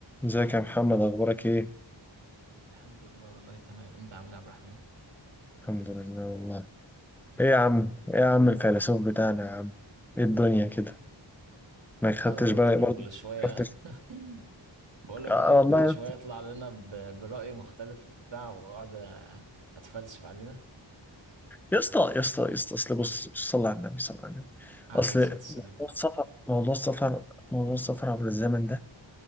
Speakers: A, in the centre; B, on the right (about 65°).
A: ازيك يا محمد اخبارك ايه
B: الحمد لله والله تمام انت عامل ايه يا عبد الرحمن
A: الحمد لله والله ايه يا عم ايه يا عم الفيلسوف بتاعنا يا عم ايه الدنيا كده ما خدتش
B: انا برضو
A: بالك
B: اللي
A: برضه
B: كل
A: ما
B: شويه
A: خدتش
B: <laughs> بقول لك
A: آه
B: انا اللي
A: والله
B: كل
A: يا
B: شويه يطلع لنا ب- برأي مختلف وبتاع واقعد اتفلسف علينا
A: يا اسطى يا اسطى يا اسطى اصل بص بص، صلي على النبي صلى الله عليه وسلم
B: عليه
A: اصل
B: الصلاه والسلام
A: موضوع السفر موضوع السفر موضوع السفر عبر الزمن ده